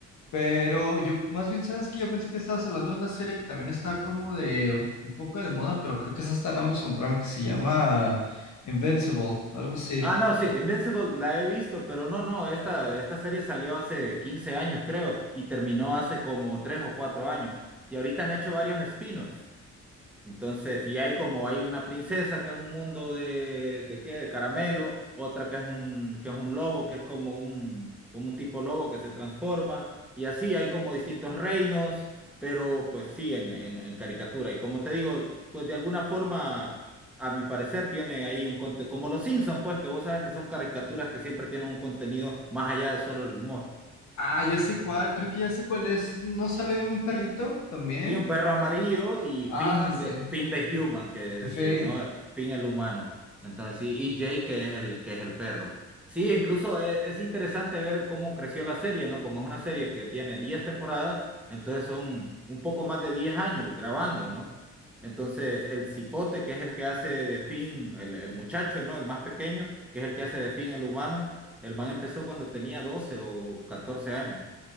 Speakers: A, on the left; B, in the centre.
A: Pero yo, más bien, ¿sabes que Yo pensé que estabas hablando de una serie que también está como de un poco de moda, pero creo que esa está en Amazon Prime, que se llama Invincible, algo así.
B: Ah, no, sí,
A: Ta-
B: Invincible la he visto, pero no, no, esta, esta serie salió hace 15 años, creo, y terminó hace como 3 o 4 años. Y ahorita han hecho varios spin-offs. Entonces, y hay como hay una princesa que es un mundo de, de qué, de caramelo, otra que es un, que es un lobo, que es como un, como un tipo lobo que se transforma, y así hay como distintos reinos, pero pues sí, en, en, en caricatura. Y como te digo, pues de alguna forma, a mi parecer, tiene ahí un contenido, como los Simpsons, pues que vos sabes que son caricaturas que siempre tienen un contenido más allá de solo el humor.
A: Ah, ya sé cuál, creo que ya sé cuál es. ¿No sale un perrito también?
B: Sí, un perro amarillo y
A: Ah,
B: Finn
A: sí.
B: de Finn the Human, que
A: En fin.
B: se, ¿no? Finn el humano. Entonces sí, y Jake que es el que es el perro. Sí, incluso es, es interesante ver cómo creció la serie, ¿no? Como es una serie que tiene 10 temporadas, entonces son un poco más de 10 años grabando, ¿no? Entonces el cipote, que es el que hace de Finn, el, el muchacho, ¿no? El más pequeño, que es el que hace de Finn el humano, el man empezó cuando tenía 12 o 14 años.